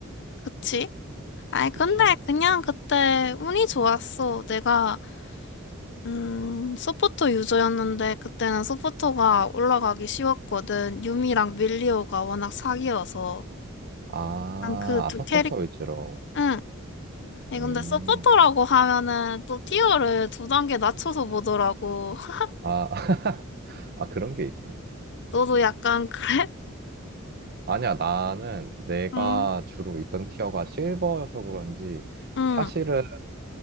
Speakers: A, on the left; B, on the right.
A: 그치? 아이, 근데
B: 그치.
A: 그냥 그때 운이 좋았어. 내가, 음, 서포터 유저였는데 그때는 서포터가 올라가기 쉬웠거든. 유미랑 밀리오가 워낙 사기여서.
B: 아,
A: 난 그 두
B: 아, 서포터
A: 캐릭,
B: 위주로.
A: 응. 아니,
B: 음,
A: 근데 서포터라고 하면은 또 티어를 두 단계 낮춰서 보더라고. <laughs>
B: 아, <laughs> 아, 그런 게 있어?
A: 너도 약간 그래?
B: 아니야, 나는 내가
A: 응.
B: 주로 있던 티어가 실버여서 그런지
A: 응,
B: 사실은